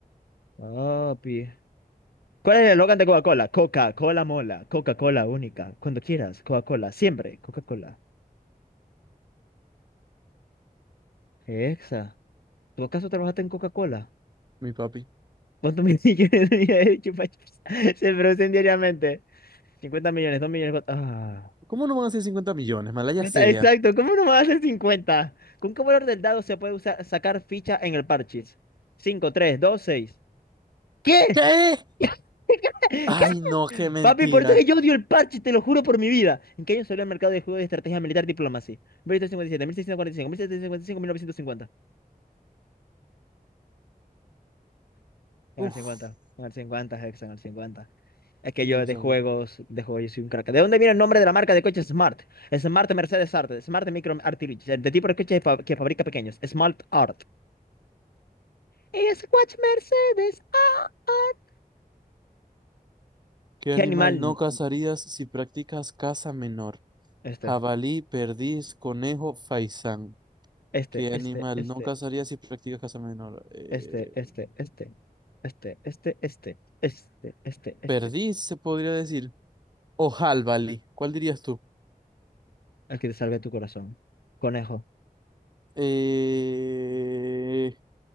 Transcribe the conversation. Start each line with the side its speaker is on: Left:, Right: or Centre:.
Left: Papi. ¿Cuál es el eslogan de Coca-Cola? Coca-Cola mola, Coca-Cola única, cuando quieras, Coca-Cola, siempre, Coca-Cola. Exa, ¿tú acaso trabajaste en Coca-Cola?
Right: mi papi.
Left: ¿Cuántos <laughs> millones tenía de Chupa Chups? <laughs> Se producen diariamente. 50 millones, 2 millones. cuatro- Ah,
Right: ¿Cómo no van a ser cincuenta millones? Malaya
Left: ya
Right: sea.
Left: está, exacto, ¿cómo no va a ser 50? ¿Con qué valor del dado se puede usar, sacar ficha en el parchís? 5, 3, 2, 6. ¿Qué?
Right: ¿Qué?
Left: <laughs>
Right: Ay, no, qué mentira.
Left: Papi, por eso es que yo odio el parche, te lo juro por mi vida. ¿En qué año salió al mercado de juegos de estrategia militar Diplomacy? 1857, 1645, 1755, 1950. En
Right: Uf,
Left: el 50? en el 50, Hex, en el 50. Es que
Right: ni
Left: yo
Right: lo
Left: de
Right: sabía.
Left: juegos, de juegos, yo soy un crack. ¿De dónde viene el nombre de la marca de coches Smart? Smart Mercedes Art, Smart Micro Artillery, de tipo de coche fa- que fabrica pequeños, Smart Art. Es watch Mercedes Art.
Right: ¿Qué
Left: ¿Qué
Right: animal
Left: animal?
Right: no cazarías si practicas caza menor?
Left: Este,
Right: Jabalí, perdiz, conejo, faisán.
Left: este,
Right: ¿Qué
Left: este,
Right: animal
Left: este.
Right: no cazarías si practicas caza menor? Eh,
Left: Este, este, este, este, este, este, este, este, este.
Right: perdiz, se podría decir. O jabalí. ¿Cuál dirías tú?
Left: Al que te salve tu corazón. Conejo.
Right: Eh,